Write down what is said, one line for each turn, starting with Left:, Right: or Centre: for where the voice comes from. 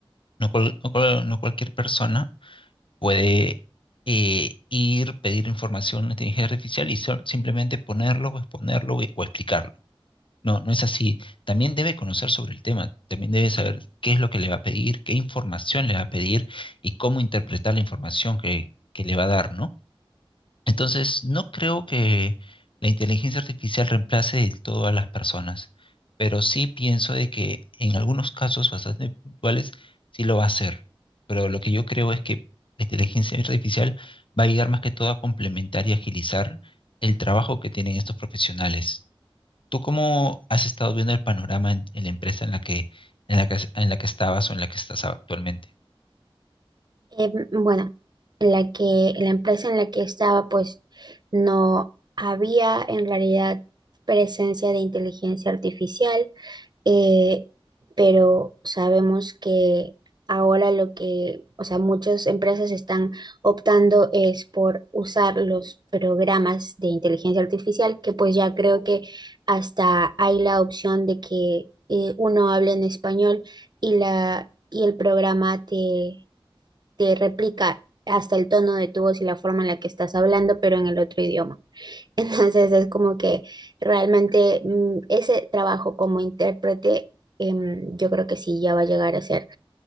Left: No, cual- no cual- no cualquier persona puede eh, ir, pedir información a la inteligencia artificial y sol- simplemente ponerlo o exponerlo o, o explicarlo. No, no es así. También debe conocer sobre el tema, también debe saber qué es lo que le va a pedir, qué información le va a pedir y cómo interpretar la información que, que le va a dar, ¿no? Entonces, no creo que la inteligencia artificial reemplace del todo a las personas, pero sí pienso de que en algunos casos bastante puntuales sí lo va a hacer. Pero lo que yo creo es que la inteligencia artificial va a llegar más que todo a complementar y agilizar el trabajo que tienen estos profesionales. ¿Tú cómo has estado viendo el panorama en, en la empresa en la que, en la que, en la que estabas o en la que estás actualmente?
Right: Em, bueno, la que, la empresa en la que estaba, pues no había en realidad presencia de inteligencia artificial. eh, pero sabemos que ahora lo que, o sea, muchas empresas están optando es por usar los programas de inteligencia artificial, que pues ya creo que hasta hay la opción de que eh, uno hable en español y la, y el programa te, te replica hasta el tono de tu voz y la forma en la que estás hablando, pero en el otro idioma. <laughs> Entonces es como que realmente mm, ese trabajo como intérprete, em, yo creo que sí, ya va a llegar a ser